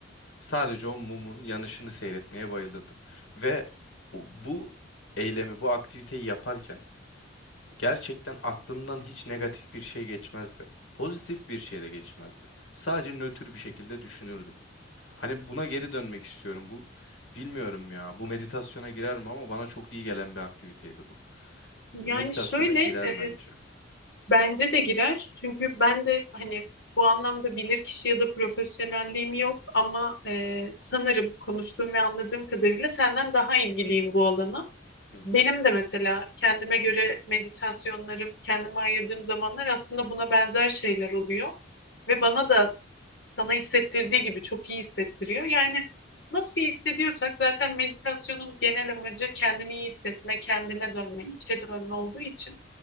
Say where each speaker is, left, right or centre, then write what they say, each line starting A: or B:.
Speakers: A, on the left (about 75°); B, on the left (about 60°).
A: Sadece o mumun yanışını seyretmeye bayılırdım. Ve o- bu eylemi, bu aktiviteyi yaparken gerçekten aklımdan hiç negatif bir şey geçmezdi. Pozitif bir şey de geçmezdi. Sadece nötr bir şekilde düşünürdüm. Hani buna geri dönmek istiyorum. Bu bilmiyorum ya. Bu meditasyona girer mi ama bana çok iyi gelen bir aktiviteydi bu.
B: Yani
A: Meditasyona
B: şöyle
A: girer
B: e,
A: bence.
B: bence de girer. Çünkü ben de hani bu anlamda bilirkişi ya da profesyonelliğim yok ama e, sanırım konuştuğum ve anladığım kadarıyla senden daha ilgiliyim bu alana.
A: Hı hı.
B: Benim de mesela kendime göre meditasyonlarım, kendime ayırdığım zamanlar aslında buna benzer şeyler oluyor. Ve bana da sana hissettirdiği gibi çok iyi hissettiriyor. Yani nasıl iyi hissediyorsak zaten meditasyonun genel amacı kendini iyi hissetme, kendine dönme, içe dönme olduğu için